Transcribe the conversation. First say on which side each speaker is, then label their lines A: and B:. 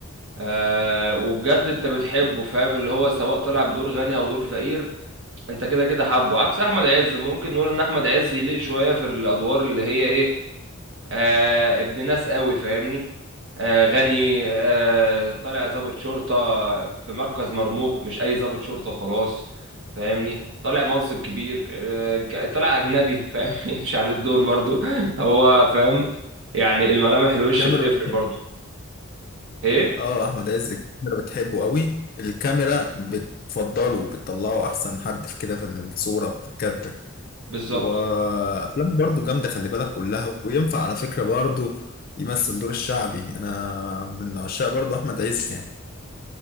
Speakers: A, on the right (about 60°); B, on the left (about 40°).
A: آه وبجد انت بتحبه فاهم اللي هو سواء طلع بدور غني او دور فقير انت كده كده حابه عكس احمد عز ممكن نقول ان احمد عز يليق شويه في الادوار اللي هي ايه آه ابن ناس قوي فاهمني آه، غني آه، طالع ضابط شرطة في مركز مرموق مش أي ضابط شرطة خلاص فاهمني طالع منصب كبير آه، ك- طالع أجنبي فاهمني <laughs> مش على الدور برضو هو فاهم يعني الملامح الوش
B: كاميرا
A: بتفرق برضو إيه
B: اه احمد عز الكاميرا بتحبه قوي الكاميرا بتفضله وبتطلعه احسن حد في كده في الصورة في الكادر
A: بالظبط
B: وافلامه برضو جامدة خلي بالك كلها وينفع على فكرة برضو يمثل دور الشعبي انا من عشاق برضو احمد عز يعني